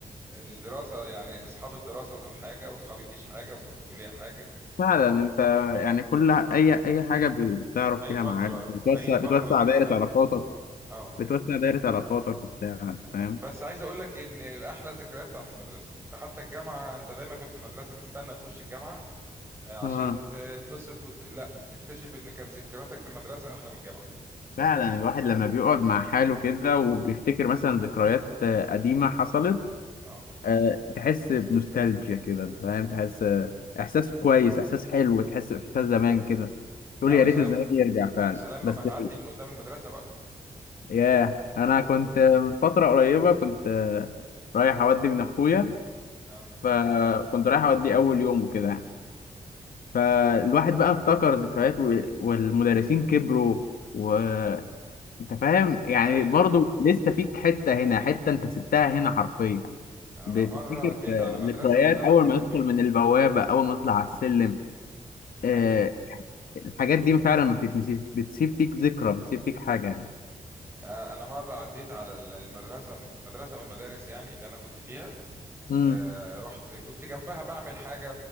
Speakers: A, on the right (about 15°); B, on the left (about 85°).
A: الدراسة يعني اصحاب الدراسة دول حاجة واصحاب الجيش حاجة واصحاب الكلية حاجة
B: فعلا
A: آه،
B: انت يعني كل ح- اي اي حاجه بي- بتعرف
A: اي
B: فيها
A: فترة
B: معاك بتوسع
A: اي فترة
B: بتوسع
A: بتختلف
B: دايره علاقاتك
A: اه
B: بتوسع دايره علاقاتك وبتاع فاهم
A: بس عايز اقول لك ان الاحلى ذكريات بتاعت المدرسه انت حتى الجامعه انت دايما كنت في المدرسه تستنى تخش الجامعه آه، عشان
B: اه
A: تتبسط وت... لا تكتشف ان كانت ذكرياتك في المدرسه احلى من الجامعه
B: فعلا الواحد لما بيقعد مع حاله كده وبيفتكر مثلا ذكريات آه، قديمه حصلت
A: اه
B: آه، تحس بنوستالجيا كده انت فاهم تحس آه، احساس كويس احساس حلو تحس باحساس زمان كده
A: لا
B: تقول يا
A: وسلام
B: ريت الزمان يرجع فعلا
A: سلام
B: بس
A: ما تعدي من قدام المدرسه بقى
B: ياه انا كنت من فتره قريبه كنت آه، رايح اودي من اخويا
A: اه
B: فكنت رايح اودي اول يوم وكده يعني فالواحد بقى افتكر ذكريات و- والمدرسين كبروا وانت فاهم يعني
A: ايوه
B: برضو لسه فيك حته هنا حته انت سبتها هنا حرفيا
A: انا
B: بتفتكر
A: مره عديت
B: آه،
A: على مدرسه
B: ذكريات
A: من اللي انا
B: اول
A: كنت
B: ما ندخل
A: فيهم
B: من البوابه اول ما نطلع على السلم آه،
A: ايوه
B: الحاجات دي فعلا ما بتتنسيش بتسيب فيك ذكرى بتسيب فيك حاجه يعني.
A: آه، انا مره عديت على ال- المدرسه مدرسه من المدارس يعني اللي انا كنت فيها
B: امم
A: آه، رحت كنت جنبها بعمل حاجه